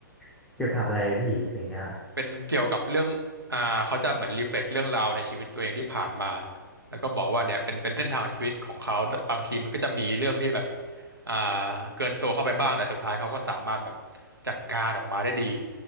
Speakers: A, in the centre; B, on the right.
A: <coughs> <clears throat> จะทบอะไรพี่เพลงเนี้ย
B: เป็นเกี่ยวกับเรื่องอ่าเขาจะเหมือนรีเฟล็กเรื่องราวในชีวิตตัวเองที่ผ่านมาแล้วก็บอกว่าเนี่ยเป็นเป็นเส้นทางชีวิตของเขาบางทีมันก็จะมีเรื่องที่แบบอ่าเกินตัวเข้าไปบ้าง แต่สุดท้ายเขาก็สามารถแบบจัดการออกมาได้ดี